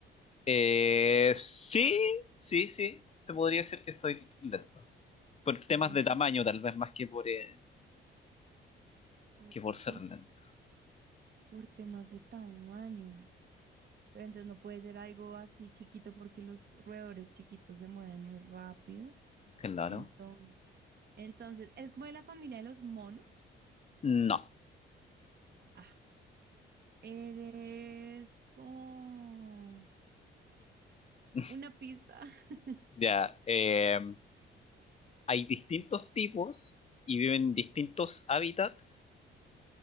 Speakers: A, on the left; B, on the right.
A: Eh, sí, sí, sí, se podría decir que soy lento. Por temas
B: Mm,
A: de tamaño, tal vez más que por, eh,
B: ok,
A: que por ser lento.
B: por temas de tamaño. Pero entonces no puede ser algo así chiquito porque los roedores chiquitos se mueven muy rápido.
A: Claro.
B: Entonces, entonces, eres como de la familia de los monos.
A: No.
B: Ah, eres como
A: <laughs>
B: una pista. <laughs>
A: Ya, eh, hay distintos tipos y viven en distintos hábitats